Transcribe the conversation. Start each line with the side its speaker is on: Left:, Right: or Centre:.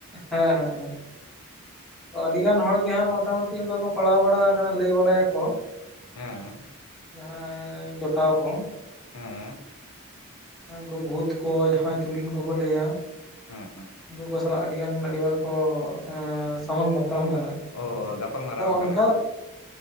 Centre: ᱦᱮᱸ ᱦᱮᱸ ᱦᱮᱸ ᱫᱚ ᱟᱹᱰᱤ ᱜᱟᱱ ᱦᱚᱲ ᱜᱮ ᱦᱟᱸᱜ ᱢᱚᱴᱟᱢᱩᱴᱤ ᱚᱝᱠᱟ ᱠᱚ ᱯᱟᱲᱟᱣ ᱵᱟᱲᱟᱣ ᱟᱠᱟᱱᱟ ᱞᱟᱹᱭ ᱵᱟᱲᱟᱭᱟ ᱠᱚ
Left: ᱦᱮᱸ
Centre: ᱡᱟᱦᱟᱸᱭ ᱡᱚᱴᱟᱣ ᱠᱚ,
Left: ᱦᱮᱸ
Centre: ᱠᱩ ᱵᱷᱩᱛ ᱠᱚ ᱡᱟᱦᱟᱸᱭ ᱪᱩᱲᱤᱱ ᱠᱚᱠᱚ ᱞᱟᱹᱭᱟ,
Left: ᱦᱮᱸ ᱦᱮᱸ
Centre: ᱩᱱᱠᱩ ᱠᱚ ᱥᱟᱞᱟᱜ ᱟᱹᱰᱤ ᱜᱟᱱ ᱟᱹᱰᱤᱵᱟᱨ ᱠᱚ ᱮᱸ ᱥᱟᱢᱟᱝ ᱫᱟᱯ ᱨᱟᱢ ᱠᱟᱱᱟ
Left: ᱚ ᱜᱟᱯᱟᱞ ᱢᱟᱨᱟᱣ
Centre: ᱟᱫᱚ ᱚᱱᱠᱟ
Left: ᱠᱟᱱᱟ ᱠᱚ